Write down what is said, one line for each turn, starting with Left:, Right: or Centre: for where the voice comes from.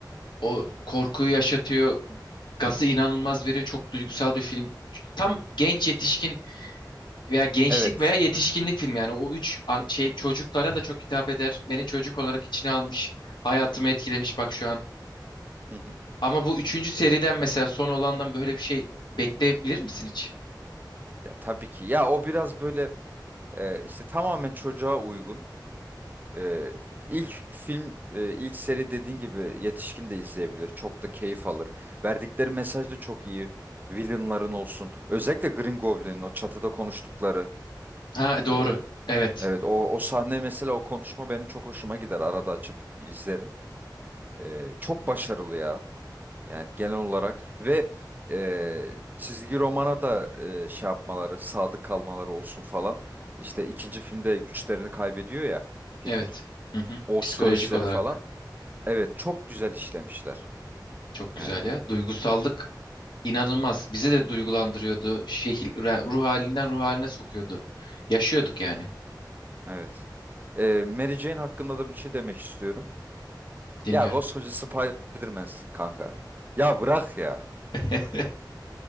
Left: o korkuyu yaşatıyor. Gazı inanılmaz veriyor. Çok duygusal bir film. Tam genç yetişkin veya gençlik
Right: Evet.
Left: veya yetişkinlik filmi yani o üç an- şey çocuklara da çok hitap eder. Beni çocuk olarak içine almış. Hayatımı etkilemiş bak şu an.
Right: Hı hı.
Left: Ama bu üçüncü seriden mesela son olandan böyle bir şey bekleyebilir misin hiç?
Right: Ya tabii ki. Ya o biraz böyle Ee, işte tamamen çocuğa uygun. Ee, ilk film, e, ilk seri dediğin gibi yetişkin de izleyebilir. Çok da keyif alır. Verdikleri mesaj da çok iyi. Villainların olsun. Özellikle Green Goblin'in o çatıda konuştukları.
Left: Ha doğru.
Right: e,
Left: Evet.
Right: evet o, o sahne mesela o konuşma benim çok hoşuma gider. Arada açıp izlerim. Ee, çok başarılı ya. Yani genel olarak ve e, çizgi romana da e, şey yapmaları, sadık kalmaları olsun falan. İşte ikinci filmde güçlerini kaybediyor ya Peter.
Left: Evet. Hı hı.
Right: O
Left: Psikolojik
Right: süreçleri
Left: olarak
Right: falan. Evet çok güzel işlemişler.
Left: çok güzel
Right: Yani
Left: ya. Duygusallık İnanılmaz. Bize de duygulandırıyordu. Şekil, re- ruh halinden ruh haline sokuyordu. Yaşıyorduk yani.
Right: evet. E, Mary Jane hakkında da bir şey demek istiyorum.
Left: Dinliyorum.
Right: Ya koskoca Spider-Man'sin kanka. Ya bırak ya.
Left: <laughs>